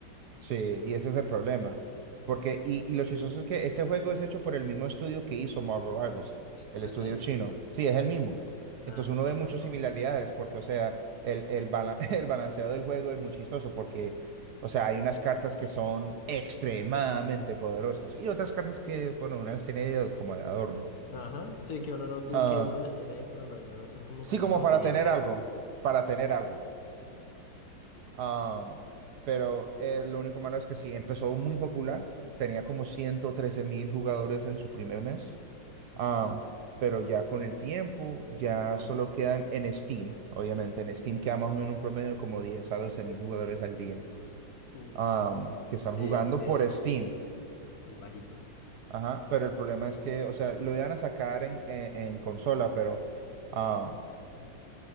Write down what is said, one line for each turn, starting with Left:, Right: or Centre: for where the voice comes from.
Right: Sí, y ese es el problema. Porque, y, y lo chistoso es que ese juego es hecho por el mismo estudio que hizo Marvel Rivals, el
Left: Ah,
Right: estudio
Left: ¿En serio?
Right: chino. Sí, es el mismo.
Left: Ah,
Right: Entonces uno
Left: con
Right: ve muchas
Left: razón.
Right: similaridades porque, o sea, el, el, bala- <laughs> el balanceado del juego es muy chistoso porque, o sea, hay unas cartas que son extremadamente poderosas y otras cartas que, bueno, unas tiene como de adorno.
Left: Ajá, sí, que uno no ti-
Right: Ah,
Left: que uno las tiene ahí, pero en verdad no son como
Right: sí,
Left: que uno
Right: como
Left: las utilice.
Right: para tener algo, para tener algo. Am, pero eh, lo único malo es que sí, empezó muy popular, tenía como ciento trece mil jugadores en su primer mes, Am, pero ya con el tiempo ya solo quedan en Steam, obviamente en Steam queda más o menos un promedio de como 10 a 12 mil jugadores al día
Left: Uf.
Right: am, que están
Left: Sí,
Right: jugando
Left: es que
Right: por Steam.
Left: es, es bajito.
Right: Ajá, pero el problema es que, o sea, lo iban a sacar en, en- en consola, pero am,